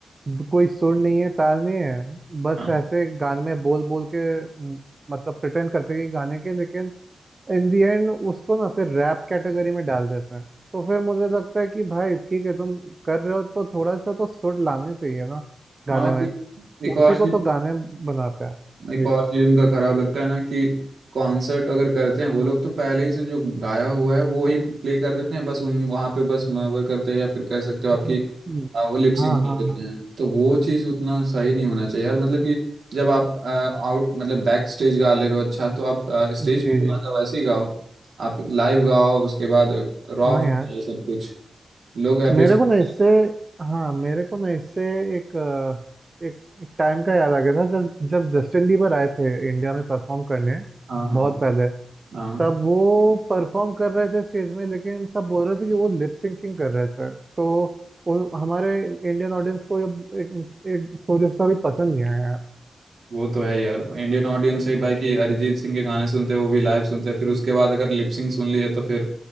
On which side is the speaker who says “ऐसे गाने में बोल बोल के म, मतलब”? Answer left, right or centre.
Right